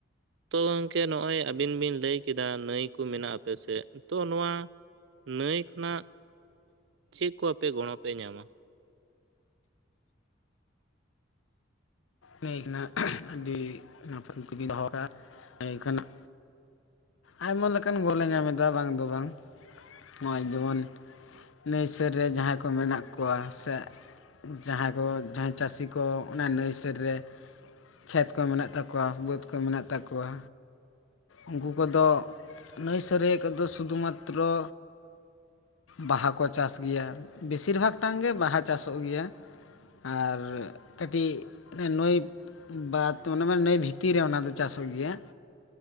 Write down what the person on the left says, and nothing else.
ᱱᱟᱹᱭ ᱠᱷᱱᱟᱜ ᱟᱹᱰᱤ ᱱᱟᱯᱟᱭ ᱠᱩᱠᱞᱤ ᱵᱤᱱ ᱫᱚᱦᱚ ᱠᱮᱫᱼᱟ ᱱᱟᱹᱭ ᱠᱷᱱᱟᱜ ᱟᱭᱢᱟ ᱞᱮᱠᱟᱱ ᱜᱚᱞᱮ ᱧᱟᱢ ᱮᱫᱟ ᱵᱟᱝ ᱫᱚ ᱵᱟᱝ ᱱᱚᱜᱼᱚᱭ ᱡᱮᱢᱚᱱ ᱱᱟᱹᱭ ᱥᱮᱨ ᱨᱮ ᱡᱟᱦᱟᱸᱭ ᱠᱚ ᱢᱮᱱᱟᱜ ᱠᱚᱣᱟ ᱥᱮ ᱡᱟᱦᱟᱸᱭ ᱫᱚ ᱡᱟᱦᱟᱸᱭ ᱪᱟᱹᱥᱤ ᱠᱚ ᱚᱱᱟ ᱱᱟᱹᱭ ᱥᱮᱫ ᱨᱮ ᱠᱷᱮᱛ ᱠᱚ ᱢᱮᱱᱟᱜ ᱛᱟᱠᱚᱣᱟ ᱵᱟᱹᱫᱽ ᱠᱚ ᱢᱮᱱᱟᱜ ᱛᱟᱠᱚᱣᱟ ᱩᱱᱠᱩ ᱠᱚᱫᱚ ᱱᱟᱹᱭ ᱥᱮᱫᱨᱮᱜᱮ ᱠᱚᱫᱚ ᱥᱩᱫᱷᱩ ᱢᱟᱛᱨᱚ ᱵᱟᱦᱟ ᱠᱚ ᱪᱟᱥ ᱜᱮᱭᱟ ᱵᱮᱥᱤᱨ ᱵᱷᱟᱜᱽ ᱴᱟᱝ ᱜᱮ ᱵᱟᱦᱟ ᱪᱟᱥᱚᱜ ᱜᱮᱭᱟ ᱟᱨ ᱠᱟᱹᱴᱤᱡ ᱱᱩᱹᱭ ᱵᱟᱫᱽ ᱱᱟᱹᱭ ᱵᱷᱤᱛᱤᱨ ᱨᱮ ᱚᱱᱟ ᱫᱚ ᱪᱟᱥᱚᱜ ᱜᱮᱭᱟ